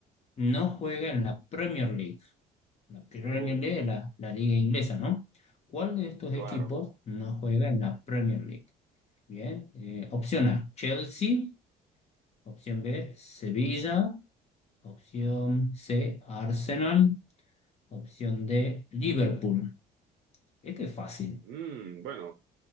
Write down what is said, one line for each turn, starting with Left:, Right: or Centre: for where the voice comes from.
Left: no juega en la Premier League? La Premier
Right: Oh,
Left: League es la, la liga inglesa, ¿no? ¿Cuál de estos
Right: claro.
Left: equipos no juega en la Premier League? Bien, eh, opción A, Chelsea, opción B, Sevilla, opción C, Arsenal, opción D, Liverpool. Este es fácil.
Right: Mm, bueno.